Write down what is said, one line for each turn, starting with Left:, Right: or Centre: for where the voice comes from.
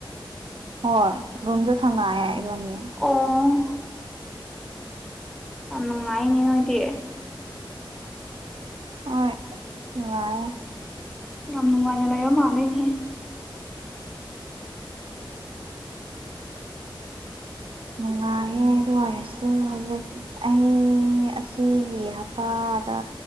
Right: ꯍꯣꯏ ꯔꯨꯝꯗ ꯊꯪꯅꯑꯏꯕꯅꯤ
Centre: ꯑꯣ ꯌꯥꯝ ꯅꯨꯡꯉꯥꯏꯅꯦ ꯅꯣꯏꯗꯤ
Right: ꯍ ꯅꯨꯡꯑꯦ
Centre: ꯌꯥꯝ ꯅꯨꯡꯉꯥꯏꯅ ꯂꯩꯔ ꯃꯥꯜꯂꯅꯤꯍꯦ
Right: ꯅꯨꯡꯉꯥꯏꯌꯦ ꯑꯗꯨ ꯑꯣꯏꯔꯁꯨ ꯍꯧꯖꯤꯛ ꯑꯩ ꯑꯁꯤꯒꯤ ꯍꯞꯇꯥꯗ